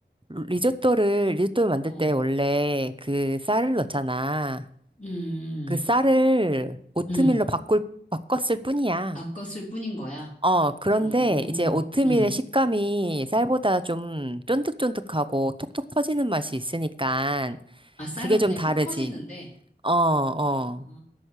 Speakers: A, on the right; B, on the left.
A: 리조또를, 리조또 만들
B: 어,
A: 때 원래 그 쌀을 넣잖아.
B: 음,
A: 그 쌀을 오트밀로
B: 음, 음.
A: 바꿀, 바꿨을 뿐이야.
B: 바꿨을 뿐인 거야.
A: 어, 그런데
B: 어,
A: 이제 오트밀의
B: 음.
A: 식감이 쌀보다 좀 쫀득쫀득하고 톡톡 터지는 맛이 있으니까
B: 아, 쌀은
A: 그게 좀
B: 그냥
A: 다르지.
B: 푹 퍼지는데.
A: 어, 어.
B: 아,